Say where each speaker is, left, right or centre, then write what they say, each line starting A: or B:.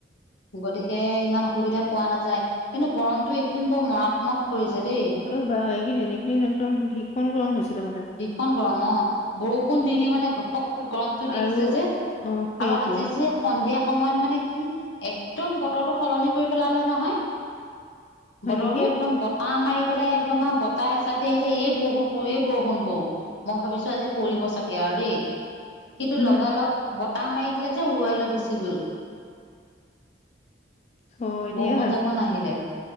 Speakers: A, on the left; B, on the left.
A: গতিকে ইমান অসুবিধা পোৱা নাযায় কিন্তু গৰমটো এইকেইদিন বৰ মাৰাত্মক। কৰিছে দেই।
B: অ বাই এইকেইদিন এইকেইদিন একদম ভীষণ গৰম হৈছে তাৰ মানে।
A: ষণ গৰম অ বৰষুণ দি দি মানে ঘপক গৰমটো দি
B: আৰু
A: দিছে যে,
B: অ', সেইটোৱে
A: আৰু আজি যে সন্ধিয়া সময়ত মানে কি একদম বতৰটো সলনি কৰি পেলালে নহয়।
B: হয়
A: বতৰটো
B: নেকি?
A: একদম বত পাহ মাৰি পেলাই একদম আৰু বতাহ এচাতি আহিলে এই বৰষুণ পৰো এই বৰষুণ পও মই ভাবিছো আজি পৰিব চাগে আৰু দেই। কিন্তু
B: উম,
A: লগালগ বতাহ মাৰি দিলে যে উৰুৱাই লৈ গুচি গ'ল।
B: হয়,
A: বৰষুণ
B: দিয়া
A: জাকো নাহিলে